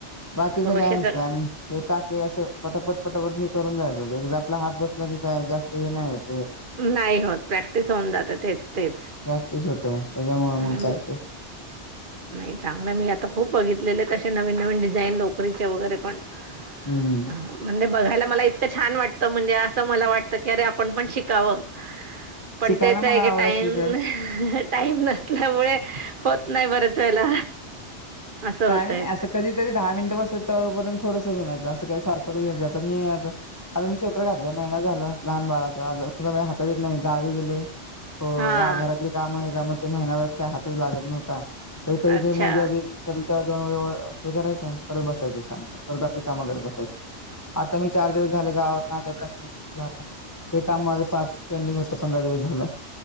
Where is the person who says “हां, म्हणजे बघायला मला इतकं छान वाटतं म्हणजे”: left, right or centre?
Right